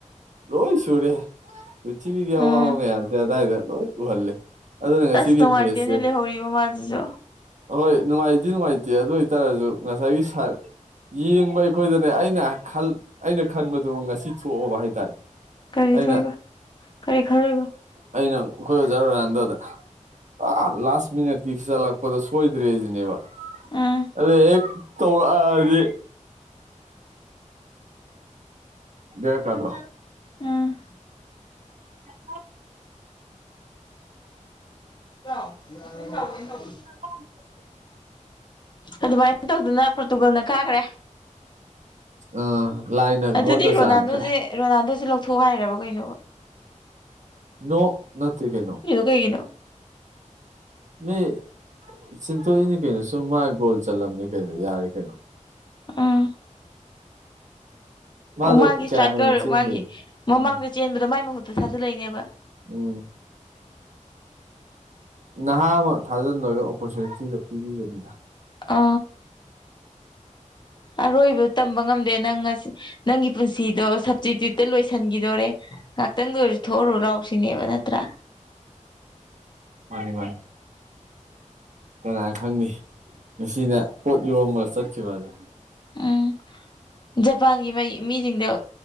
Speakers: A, on the right; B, on the left.
A: ꯂꯣꯏ ꯁꯨꯔꯦꯍꯦ ꯄ꯭ꯔꯤꯊꯤꯕꯤꯒꯤ
B: ꯎꯝ
A: ꯑꯋꯥꯕ ꯃꯌꯥꯝꯁꯦ ꯑꯗꯥꯋꯥꯏꯗ ꯂꯣꯏ ꯎꯍꯜꯂꯦ ꯑꯗꯨꯅ ꯉꯁꯤꯒꯤ
B: ꯑꯁ ꯅꯨꯡꯉꯥꯏꯇꯦꯅꯦ
A: ꯃꯦꯠꯁꯁꯦ
B: ꯂꯩꯍꯧꯔꯤꯕ ꯃꯥꯁꯤꯁꯨ
A: ꯑꯍꯣꯏ ꯅꯨꯡꯉꯥꯏ ꯑꯗꯨ ꯅꯨꯡꯉꯥꯏꯇꯦ ꯑꯗꯨ ꯑꯣꯏꯇꯥꯔꯁꯨ ꯉꯁꯥꯏꯒꯤ ꯌꯦꯡꯕ ꯑꯩꯈꯣꯏꯗꯅꯦ ꯑꯩꯅ ꯑꯩꯅ ꯈꯟꯕꯗꯨꯣ ꯉꯁꯤ ꯊꯣꯛꯑꯕ ꯍꯥꯏꯇꯥꯔꯦ
B: ꯀꯔꯤ
A: ꯑꯩꯅ
B: ꯊꯣꯛꯏꯕ ꯀꯔꯤ ꯈꯔꯣꯏꯕ
A: ꯑꯩꯅ ꯑꯩꯈꯣꯏꯖꯔꯨꯔ ꯑꯟꯗꯗ ꯑ ꯂꯥꯁ ꯃꯤꯅꯠꯀꯤ ꯆꯠꯂꯛꯄꯗ ꯁꯣꯏꯗ꯭ꯔꯦꯁꯤꯅꯦꯕ
B: ꯑꯥ
A: ꯑꯗꯨꯗ ꯍꯦꯛ ꯇꯧꯔꯛꯑꯗꯤ ꯗꯕ ꯀꯗ꯭ꯔꯣ
B: ꯑ
A: ꯆꯠ
B: ꯑ
A: <inaudible>
B: ꯑꯗꯨꯃꯥꯏꯅ ꯇꯧꯗꯅ ꯄꯣꯔꯇꯨꯒꯜꯅ ꯀꯥꯈ꯭ꯔꯦ
A: ꯑꯥ ꯂꯥꯏꯅ
B: ꯑꯗꯨꯗꯤ
A: ꯒꯣꯠꯅ
B: ꯔꯣꯅꯥꯜꯗꯣꯁꯦ
A: ꯆꯥꯟꯈ꯭ꯔꯦ
B: ꯔꯣꯅꯥꯜꯗꯣꯁꯦ ꯂꯧꯊꯣꯛ ꯍꯥꯏꯔꯕ ꯀꯩꯅꯣꯕ
A: ꯅꯣ ꯅ ꯀꯩꯅꯣ
B: ꯀꯒꯤꯅꯣ
A: ꯃꯤ ꯆꯤꯟꯊꯣꯛꯏꯅꯤ ꯀꯩꯅꯣ ꯁꯨꯝ ꯃꯥꯥꯏ ꯒꯣꯜ ꯆꯠꯂꯝꯃꯦ ꯀꯩꯅꯣ ꯌꯥꯔꯦ ꯀꯩꯅꯣ
B: ꯎꯝ
A: ꯃꯥꯗꯣ
B: ꯑꯣ ꯃꯥꯒꯤ ꯏꯁꯇ꯭ꯔꯥꯏꯀꯔ
A: ꯀꯌꯥ ꯍꯦꯟꯅ ꯆꯦꯟꯗꯦꯗ
B: ꯃꯥꯒꯤ ꯃꯃꯥꯡꯗ
A: ꯎꯝ
B: ꯆꯦꯟꯕꯗ ꯃꯥꯏ ꯃꯍꯨꯠꯇ ꯊꯥꯖꯤꯜꯂꯛꯏꯅꯦꯕ
A: ꯎꯝ ꯅꯍꯥ ꯑꯃ ꯊꯥꯖꯟꯗꯣꯏꯒ ꯑꯣꯄꯣꯔꯆꯨꯅꯤꯇꯤꯗꯣ ꯄꯤꯕꯤꯕꯅꯤꯗ
B: ꯑ ꯑꯔꯣꯏꯕ ꯇꯝꯕ ꯉꯝꯗꯦ ꯅꯪ ꯅꯪꯒꯤ ꯄꯨꯟꯁꯤꯗꯣ ꯁꯞꯇꯤꯇ꯭ꯌꯨꯠꯇ ꯂꯣꯏꯁꯤꯟꯈꯤꯗꯣꯔꯦ ꯉꯥꯏꯍꯥꯛꯇꯪꯗ ꯑꯣꯏꯔꯁꯨ ꯊꯣꯛꯎꯔꯨ ꯂꯥꯎꯁꯤꯅꯦꯕ ꯅꯠꯇ꯭ꯔꯥ
A: ꯃꯥꯅꯤ ꯃꯥꯅꯤ ꯀꯅꯥꯅ ꯈꯪꯅꯤ ꯉꯁꯤꯅ ꯄꯣꯠ ꯌꯣꯝꯕ ꯆꯠꯈꯤꯕ ꯑꯁꯦ
B: ꯎꯝ ꯖꯄꯥꯟꯒꯤ ꯃꯩ ꯃꯤꯁꯤꯡꯗꯣ